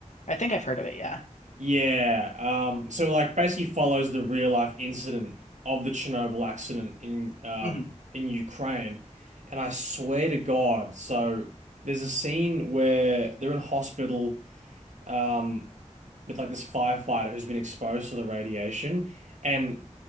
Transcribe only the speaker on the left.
I think I've heard of it, yeah.
hmm